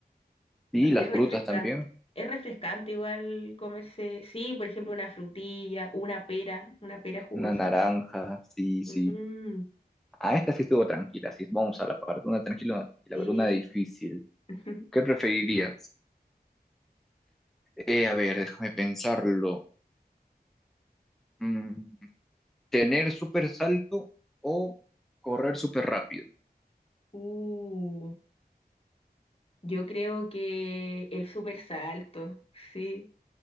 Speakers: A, in the centre; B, on the left.
A: Y
B: re-
A: las
B: es refrescante.
A: frutas también.
B: Es refrescante igual comerse, sí, por ejemplo, una frutilla, una pera, una pera jugosa.
A: Una naranja, sí, sí.
B: Mm,
A: Ah, esta sí estuvo tranquila, sí. Vamos a la parte. Una tranquila, una tranquila.
B: sí.
A: A ver, una difícil.
B: <laughs>
A: ¿Qué preferirías? Eh, a ver, déjame pensarlo. Mm, ¿tener súper salto o correr súper rápido?
B: Uh, yo creo que el super salto, sí.